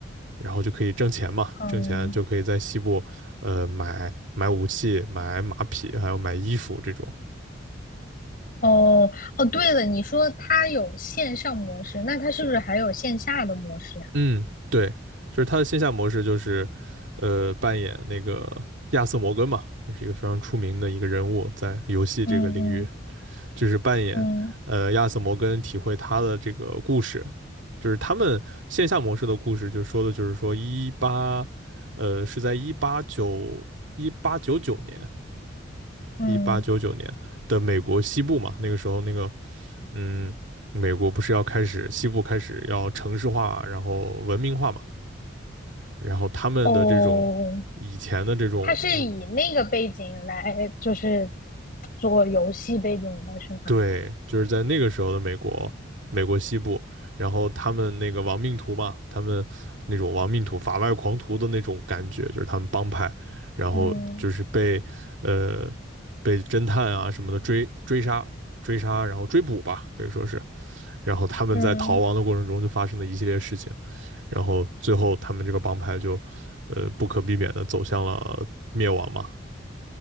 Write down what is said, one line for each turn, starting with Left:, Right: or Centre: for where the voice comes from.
Right: 然后就可以挣钱嘛，
Left: 嗯，
Right: 挣钱就可以在西部，呃，买买武器、买马匹，还有买衣服这种。
Left: 哦哦，对了，你说它有线上模式，那它是不是还有线下的模式呀？
Right: 嗯，对，就是他的线下模式就是，呃，扮演那个亚瑟摩根嘛，也是一个非常出名的一个人物，在游戏这个领域，
Left: 嗯嗯
Right: 就是扮演呃亚瑟摩根，
Left: 嗯
Right: 体会他的这个故事，就是他们线下模式的故事，就说的就是说一八，呃，是在一八九一八九九年，
Left: 嗯，
Right: 一八九九年的美国西部嘛，那个时候那个。嗯，美国不是要开始西部开始要城市化，然后文明化嘛？然后他们的这种以前的这种，
Left: 哦，它是以那个背景来就是
Right: 嗯
Left: 做游戏背景的是吗？
Right: 对，就是在那个时候的美国，美国西部，然后他们那个亡命徒嘛，他们那种亡命徒、法外狂徒的那种感觉，就是他们帮派，然后就是被呃被侦探啊什么的追追杀、
Left: 嗯，
Right: 追杀，然后追捕吧，可以说是，然后他们在逃亡的过程中就发生了一系列事情，
Left: 嗯，
Right: 然后最后他们这个帮派就呃不可避免的走向了灭亡嘛，